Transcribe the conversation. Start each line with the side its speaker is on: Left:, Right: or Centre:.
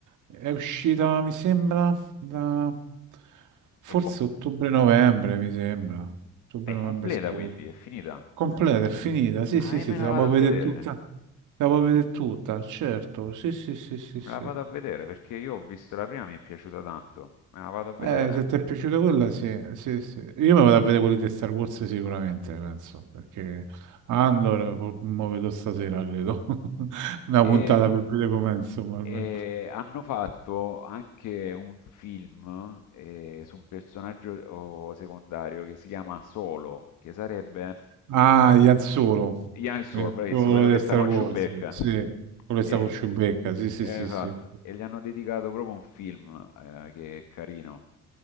Right: È uscita, mi sembra, da forse
Left: È, com-
Right: ottobre-novembre, mi sembra. Ottobre-novembre
Left: è completa
Right: scorso.
Left: quindi, è finita.
Right: Completa, è finita. Sì, sì,
Left: Ah,
Right: sì,
Left: e me
Right: te
Left: la
Right: la
Left: vado
Right: puoi
Left: a vedere.
Right: vedere tutta. Te la puoi vedere tutta, certo. Sì, sì, sì, sì, sì.
Left: Me la vado a vedere perché io ho visto la prima, mi è piaciuta tanto. Me la vado a vedere.
Right: Eh, se ti è piaciuta quella, sì, sì, sì. Io mi vado a vedere quelli di Star Wars sicuramente, penso, perché Andor fo- mo vedo stasera, credo. <laughs> Una
Left: E,
Right: puntata per vedere com'è, insomma, almeno.
Left: e hanno fatto anche un film eh, su un personaggio oh, secondario che si chiama Solo, che sarebbe
Right: Ah, Ian Solo.
Left: Ian Solo,
Right: Ian
Left: bravissimo,
Right: Solo
Left: quello che
Right: di
Left: sta
Right: Star
Left: con
Right: Wars,
Left: Chewbacca.
Right: sì. Quello
Left: E,
Right: che sta con Chewbacca, sì, sì,
Left: eh,
Right: sì,
Left: esatto,
Right: sì.
Left: e gli hanno dedicato proprio un film eh, che è carino.